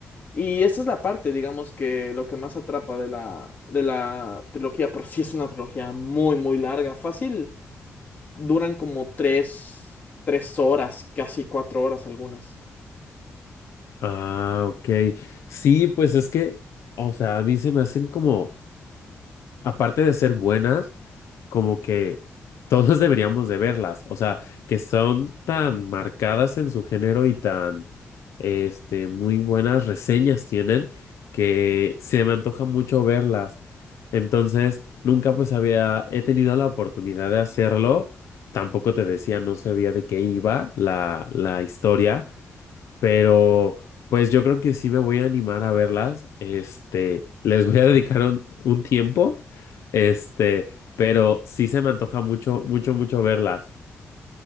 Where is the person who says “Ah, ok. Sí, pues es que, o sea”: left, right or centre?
Left